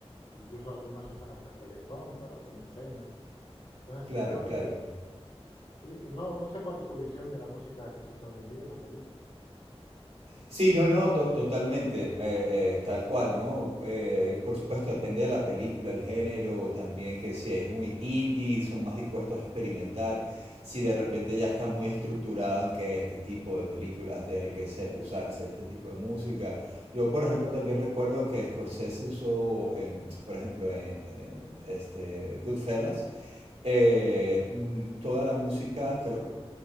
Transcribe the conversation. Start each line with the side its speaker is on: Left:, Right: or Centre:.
Left: incluso algunas usan hasta reggaetón para alguna escena. Entonces
Right: Claro,
Left: creo que,
Right: claro.
Left: sí, no, no sé cuál es tu visión de la música que se usa hoy en día en las películas.
Right: Sí, no, no, to- totalmente, eh, eh, tal cual, ¿no? Eh, por supuesto, depende de la película, el género, también que si es muy indie, son más dispuestos a experimentar, si de repente ya está muy estructurado en que este tipo de películas tiene que se- usarse este tipo de música. Yo, por ejemplo, también recuerdo que Scorsese usó, en- por ejemplo, en, en este Goodfellas, eh, mm, toda la música, creo,